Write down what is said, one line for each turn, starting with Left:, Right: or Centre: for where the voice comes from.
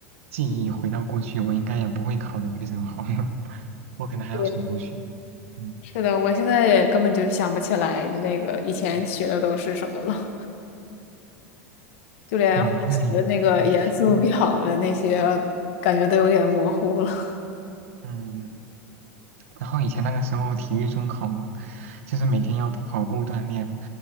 Right: 记忆回到过去，我应该也不会考得非常好，<laughs> 我可能还要从头学。
Left: 对，
Right: 嗯
Left: 是的，我现在也根本就想不起来那个以前学的都是什么了，
Right: 嗯
Left: 就连化学那个元素表的那些，
Right: 嗯，那你对嗯
Left: 感觉都有点模糊了。
Right: 嗯嗯。然后以前那个时候体育中考嘛，就是每天要跑步锻炼，